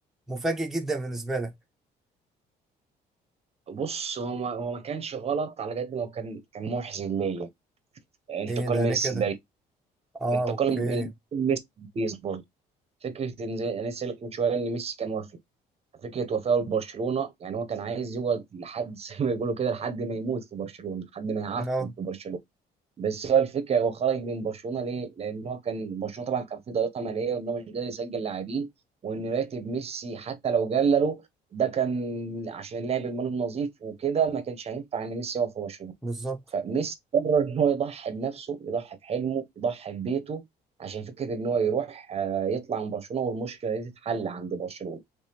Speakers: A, in the centre; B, on the right (about 35°).
A: مفاجئ جدا بالنسبة لك
B: بص هو ما هو ما كانش غلط على قد ما هو كان كان محزن ليا انتقال
A: إيه ده
B: ميسي
A: ليه كده؟
B: لباريس
A: آه
B: انتقال
A: أوكي
B: ميسي لباريس برضه فكره ان زي انا لسه قايل لك من شويه ان ميسي كان وافي فكره وفاه لبرشلونه يعني هو كان عايز يقعد لحد <laughs> زي ما بيقولوا كده لحد ما يموت في برشلونه لحد ما يعفن
A: آه
B: في برشلونه بس هو الفكره هو خرج من برشلونه ليه؟ لان هو كان برشلونه طبعا كان في ضغيطه ماليه وان هو مش قادر يسجل لاعبين وان راتب ميسي حتى لو قلله ده كان عشان اللعب المالي النظيف وكده ما كانش هينفع ان ميسي يقف في برشلونه
A: بالظبط
B: فميسي قرر ان هو يضحي بنفسه يضحي بحلمه يضحي ببيته عشان فكره ان هو يروح آه، يطلع من برشلونه والمشكله دي تتحل عند برشلونه